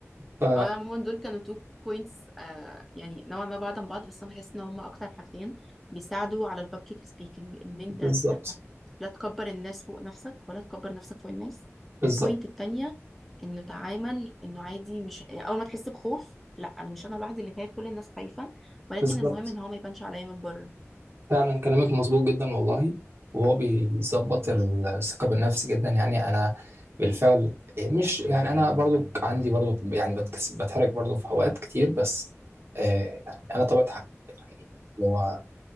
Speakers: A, on the right; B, in the centre.
A: ف
B: هو أنا عموما دول كانوا تو بوينتس آه يعني نوعا ما بعض عن بعض بس انا بحس ان هما اكتر حاجتين بيساعدوا على البابليك سبيكينج ان انت
A: بالظبط
B: لا تكبر الناس فوق نفسك ولا تكبر نفسك فوق الناس
A: بالظبط
B: البوينت التانية انه تعامل انه عادي مش اول ما تحس بخوف لا انا مش انا لوحدي اللي خايف كل الناس خايفة ولكن
A: بالظبط
B: المهم ان هو ما يبانش عليا من بره
A: فعلا كلامك مظبوط جدا والله وهو بيظبط الثقة بالنفس جدا يعني أنا بالفعل مش يعني أنا برضو عندي برضو يعني بتكسب بتحرك برضو في أوقات كتير بس آه يعني أنا طبيعة حاجة يعني اللي هو